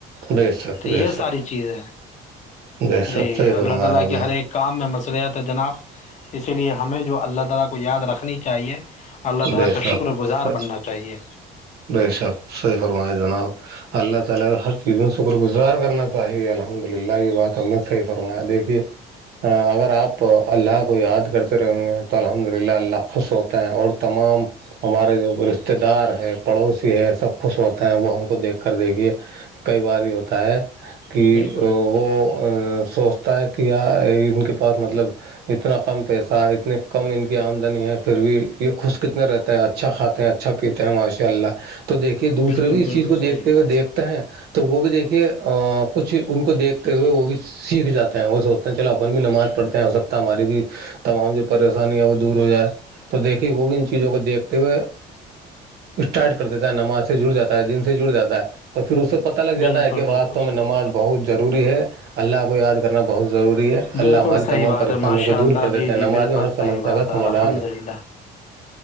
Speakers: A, on the right; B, on the left.
A: بے شک
B: تو یہ
A: بے شک
B: ساری چیز ہے
A: بے
B: جی
A: شک صحیح
B: اللہ
A: فرمایا
B: تعالی
A: آپ
B: کے ہر
A: نے
B: ایک کام میں مشرت ہے جناب اسی لیے ہمیں جو اللہ تعالی کو یاد رکھنی چاہیے اور اللہ تعالی
A: بے
B: کا
A: شک
B: شکر گزار بننا چے تاہائیے
A: بے شک سید فرمائےیا جناب اللہ تعالی کا ہر چیز میں شکر گزار کرنا چاہیے الحمد للہ یہ بات ہم نے صحیح فرمایا دیکھیے اگر آپ اللہ کو یاد کرتے رہیں گے تو الحمد للہ اللہ خوش ہو اور تمام ہمارے جو رشتے دار ہے پڑوسی ہے سب خوش ہوتا ہیں وہ ہم کو دیکھ کر دیکھیے کئی بار ہی ہوتا ہے کہ
B: بالکل
A: وہ سوچتا ہے کہ یا ان کے پاس مطلب اتنا کم پیسہ اتنی کم ان کی آمدنی ہے پھر بھی یہ خوش کتنے رہتا ہے اچھا کھاتے ہیں اچھا پیتے ہیں ماشاء اللہ تو دیکھیے دوسرے
B: بالکل
A: بھی
B: بالکل
A: اس چیز کو
B: صحیح
A: دیکھتے ہوئے
B: بات
A: دیکھتے ہیں تو وہ بھی دیکھیے کچھ ان کو دیکھتے ہوئے وہ بھی سیکھ جاتے ہیں وہ س وت چلو اپن بھی نماز پڑتے ہیں ہو سکتا ہے ہماری بھی تمام جو پریشانی ہے وہ دور ہو جائے تو دیکھیے وہ بھی ان چیزوں کو دیکھتے ہوئے اسٹارٹ کر دیتا ہے نماز سے جڑ جاتا ہے دن سے جڑ جاتا ہے تو پھر اسے پتتا لگ جاتا
B: بالکل
A: ہے کہ
B: بالکل
A: واسطو میں
B: صحیح
A: نماز
B: بات
A: بہت ضروری ہے اللہ کو یاد کرنا بہت ضروری ہے
B: بالکل
A: اللہ ہماری
B: صحیح
A: تمام
B: بات
A: پریشانیوں
B: ہے ماشاء
A: کو
B: اللہ
A: دور کر
B: جی
A: دیتے ہیں
B: جی
A: نماز
B: بالکل
A: میں ہر سمسیا
B: صحیح بات
A: کا سمادھان
B: الحمد
A: ہے
B: للہ